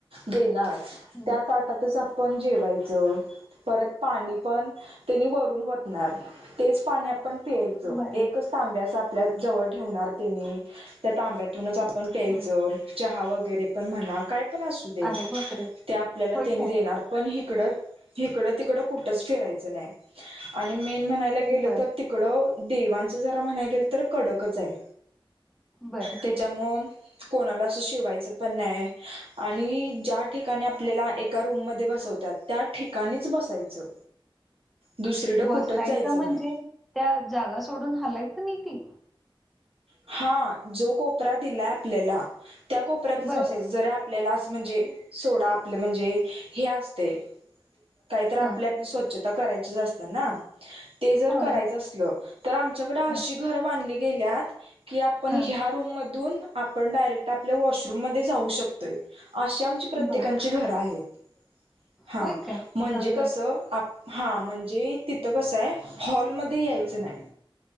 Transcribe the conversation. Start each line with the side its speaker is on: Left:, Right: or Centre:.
Right: देणार
Centre: हं,
Right: त्या ताटातच आपण जेवाय चं परत पाणी पण त्यानी वरून वतणार. तेच पाणी आपण पियायचं.
Centre: बर
Right: एकच तांब्या अस आपल्या जवळ ठेवणार तेनी. त्या तांब्यातूनच आपण प्यायचं.
Centre: हं.
Right: चहा वगैरे पण म्हणा काय पण असू दे.
Centre: अरे बापरे
Right: ते आपल्याला
Centre: होय
Right: त्यानी
Centre: काय
Right: देणार. पण हिकडं हिकडं तिकडं कुठंच फिरायचं नाही. आणि मेन म्हणायला गेलं
Centre: बर
Right: तर तिकडं देवांचं जरा म्हणाय गेल तर कडकच आहे.
Centre: बर
Right: तेच्यामुळ
Centre: हा
Right: कोणाला असं शिवायचं पण नाही. आणि ज्या ठिकाणी आपल्याला एका रूममध्ये बसवतात. त्या ठिकाणीच बसायचं. दुसरीकडं
Centre: बसायचं
Right: कुठंच जायचं
Centre: म्हणजे
Right: नाही
Centre: त्या जागा सोडून हलायचं नाही ती.
Right: हा. जो कोपरा दिलाय आपल्याला त्या कोपऱ्यातच
Centre: बरं.
Right: बसायचं. जर आप आपल्याला असं म्हणजे सोडा आपलं म्हणजे हे असतेय. काहीतर आपली,
Centre: हां.
Right: आपली, स्वच्छता करायचीच असतात ना? ते जर
Centre: होय.
Right: करायचं असलं, तर आमच्याकडे अशी
Centre: हं.
Right: घरं बांधली गेल्यात की, आपण
Centre: हां.
Right: ह्या रूममधून, आपण डायरेक्ट आपल्या वॉशरूममध्ये जाऊ शकतो य. अशी आमची प्रत्येकांची
Centre: बरं.
Right: घरं आहेत. हां,
Centre: होय काय?
Right: म्हणजे
Centre: हां, हां.
Right: कसं आप हा म्हणजे, तिथं कसं आहे. हॉलमध्ये यायचं नाही.